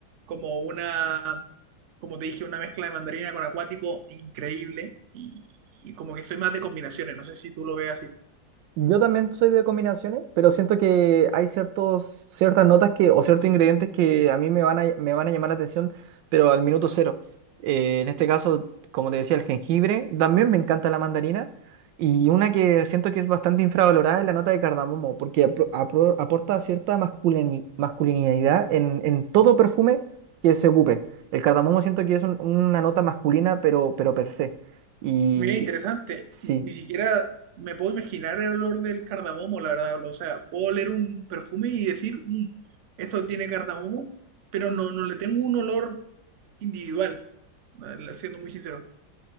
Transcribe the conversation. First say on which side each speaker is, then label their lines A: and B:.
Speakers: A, on the right; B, on the right.
A: como una, como te dije, una mezcla de mandarina con acuático increíble. Y, y como que soy más de combinaciones, no sé si tú lo ves así.
B: Yo también soy de combinaciones, pero siento que hay ciertos, ciertas notas que, o ciertos ingredientes que a mí me van a, me van a llamar la atención, pero al minuto cero. Eh, en este caso, como te decía, el jengibre, y también me encanta la mandarina, y una que siento que es bastante infravalorada es la nota de cardamomo, porque apro- apro- aporta cierta masculini- masculinidad en, en todo perfume que se ocupe. El cardamomo siento que es un- una nota masculina, pero, pero per se. Y
A: Mira, interesante.
B: sí.
A: Ni, ni siquiera me puedo imaginar el olor del cardamomo, la verdad. O sea, puedo oler un perfume y decir, "Mm, esto tiene cardamomo, pero no, no le tengo un olor individual, eh, siendo muy sincero.